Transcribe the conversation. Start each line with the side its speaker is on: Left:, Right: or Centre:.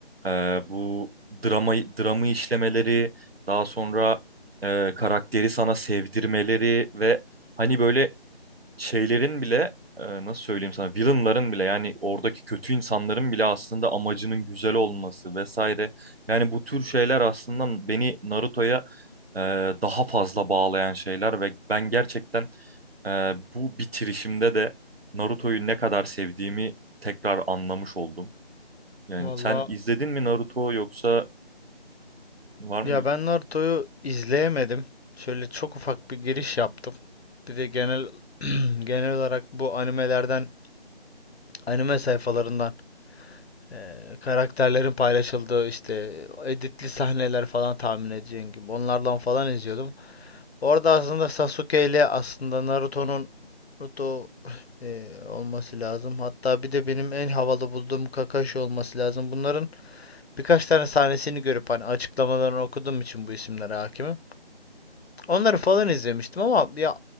Right: e, bu dramayı, dramı işlemeleri, daha sonra e, karakteri sana sevdirmeleri ve hani böyle şeylerin bile e, nasıl söyleyeyim sana villainların bile yani oradaki kötü insanların bile aslında amacının güzel olması vesaire. Yani bu tür şeyler aslında beni Naruto'ya e, daha fazla bağlayan şeyler ve ben gerçekten e, bu bitirişimde de Naruto'yu ne kadar sevdiğimi tekrar anlamış oldum. Yani
Left: Valla
Right: sen izledin mi Naruto yoksa var
Left: ya
Right: mı? bir-
Left: ben Naruto'yu izleyemedim. Şöyle çok ufak bir giriş yaptım. Bir de genel <clears throat> genel olarak bu animelerden, anime sayfalarından eee, karakterlerin paylaşıldığı işte editli sahneler falan tahmin edeceğin gibi onlardan falan izliyordum. Orada aslında Sasuke ile aslında Naruto'nun Naruto eee, olması lazım. Hatta bir de benim en havalı bulduğum Kakashi olması lazım. Bunların birkaç tane sahnesini görüp hani açıklamalarını okuduğum için bu isimlere hakimim. Onları falan izlemiştim ama ya